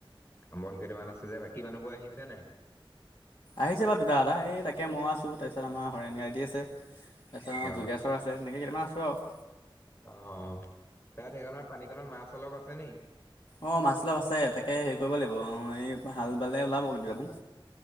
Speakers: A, on the left; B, on the left.
A: কাম বন কেইটামান আছে যে বাকী মানুহবোৰ আহিছে নাই?
B: আহিছে বাৰু দুটা এটা। এই তাকে মই আছোঁ তাৰপিছত আমাৰ হৰেণ কাইতি আছে। তাৰপিছত আমাৰ
A: অ
B: যোগেশ্বৰ আছে তেনেকেই কেইটামান আছোঁ আও।
A: অ', অ', তাত সেইখনত পানীকণত মাছ অলপ আছে নি?
B: অ', মাছ অলপ আছে তাকে হেৰি কৰিব লাগিব অ', এই হাল বালে ওলাব কেইটামান।